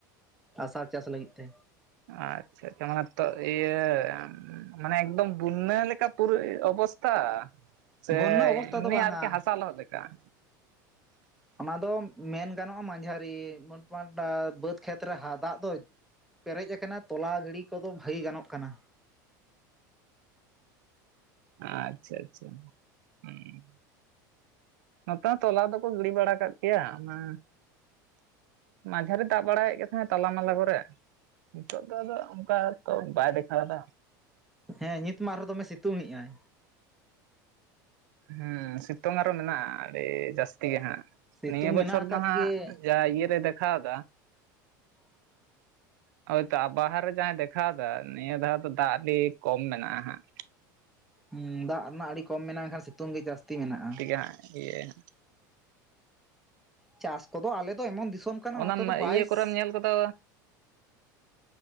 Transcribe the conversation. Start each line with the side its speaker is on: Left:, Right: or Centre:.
Centre: ᱟᱥᱟᱲ ᱪᱟᱥ ᱞᱟᱹᱜᱤᱫ ᱛᱮ᱾
Right: ᱟᱪᱪᱷᱟ ᱚᱱᱟ ᱢᱟᱛᱚ ᱤᱭᱟᱹ, ᱢᱟᱱᱮ, ᱮᱠᱫᱚᱢ ᱵᱩᱱᱱᱟ ᱞᱮᱠᱟ ᱯᱩᱨᱟᱹ ᱚᱵᱚᱥᱛᱛᱟ᱾ ᱥᱮ,
Centre: ᱵᱚᱱᱱᱟ ᱚᱵᱚᱥᱛᱟ
Right: ᱮᱢᱱᱤ
Centre: ᱫᱚ ᱵᱟᱝᱟ
Right: ᱟᱨᱠᱤ ᱦᱟᱥᱟ ᱞᱚᱦᱚᱫ ᱞᱮᱠᱟ᱾
Centre: ᱚᱱᱟ ᱫᱚ ᱢᱮᱱ ᱜᱟᱱᱚᱜᱼᱟ ᱢᱟᱡᱷᱟᱹᱨᱤ ᱢᱳᱴᱢᱟᱴ ᱵᱟᱹᱫᱽ ᱠᱷᱮᱛ ᱨᱮ ᱫᱟᱜ ᱫᱚ, ᱯᱮᱨᱮᱡ ᱠᱟᱱᱟ ᱛᱚᱞᱟ ᱜᱤᱲᱤ ᱠᱚᱫᱚ ᱵᱷᱟᱹᱜᱤ ᱜᱟᱱᱚᱜ ᱠᱟᱱᱟ᱾
Right: ᱟᱪᱪᱷᱟ ᱟᱪᱪᱷᱟ ᱦᱩᱸ᱾ ᱱᱚᱛᱮ ᱦᱚᱸ ᱛᱚᱞᱟ ᱫᱚᱠᱚ ᱜᱤᱲᱤ ᱵᱟᱲᱟ ᱠᱟᱫ ᱜᱮᱭᱟ ᱚᱱᱟ, ᱢᱟᱡᱷᱟᱨᱤ ᱫᱟᱜ ᱵᱟᱲᱟᱭᱮᱫ ᱜᱮ ᱛᱟᱦᱮᱸᱛᱟᱞᱟ ᱢᱟᱞᱟ ᱠᱚᱨᱮ᱾ ᱱᱤᱛᱚᱜ ᱫᱚ ᱟᱫᱚ ᱚᱱᱠᱟ ᱛᱚ, ᱵᱟᱭ ᱫᱮᱠᱷᱟᱣ ᱮᱫᱟ᱾
Centre: ᱦᱮᱸ ᱱᱤᱛ ᱢᱟ ᱟᱨᱦᱚᱸ ᱫᱚᱢᱮ ᱥᱤᱛᱩᱝ ᱮᱫᱼ ᱟᱭ᱾
Right: ᱦᱮᱸ ᱥᱤᱛᱩᱝ ᱟᱨᱦᱚ ᱢᱮᱱᱟᱜᱼᱟ ᱟᱹᱰᱤ ᱡᱟᱹᱥᱛᱤ ᱜᱮ ᱦᱟᱸᱜ
Centre: ᱥᱤᱛᱩᱝ
Right: ᱱᱤᱭᱟᱹ ᱵᱚᱪᱷᱚᱨ
Centre: ᱢᱮᱱᱟᱜ ᱟᱠᱟᱫ
Right: ᱫᱚ ᱦᱟᱸᱜ,
Centre: ᱜᱮ
Right: ᱡᱟ ᱤᱭᱟᱹ ᱨᱮ ᱫᱮᱠᱷᱟᱣᱫᱟ᱾
Centre: <inaudible>
Right: ᱦᱳᱭᱛᱚ ᱟ ᱵᱟᱦᱟᱨ ᱨᱮ ᱡᱟᱦᱟᱸᱭ ᱫᱮᱠᱷᱟᱣ ᱫᱟ ᱱᱤᱭᱟᱹ ᱫᱷᱟᱣ ᱫᱚ ᱫᱟᱜ ᱟᱹᱰᱤ ᱠᱚᱢ ᱢᱮᱱᱟᱜᱼᱟ ᱦᱟᱸᱜ᱾
Centre: ᱦᱮᱸ ᱫᱟᱜ ᱨᱮᱱᱟᱜ ᱟᱹᱰᱤ ᱠᱚᱢ ᱢᱮᱱᱟᱜ-ᱟ ᱥᱤᱛᱩᱝ ᱜᱮ ᱡᱟᱹᱥᱛᱤ ᱢᱮᱱᱟᱜᱼᱟ᱾
Right: <unintelligible>
Centre: ᱪᱟᱥ ᱠᱚᱫᱚ ᱟᱞᱮ ᱫᱚ ᱮᱢᱚᱱ ᱫᱤᱥᱚᱢ ᱠᱟᱱᱟ
Right: ᱚᱱᱟ
Centre: ᱱᱚᱛᱮ ᱫᱚ ᱵᱟᱭᱤᱥ,
Right: ᱤᱭᱟᱹ ᱠᱚᱨᱮᱢ ᱧᱮᱞ ᱠᱟᱫᱟ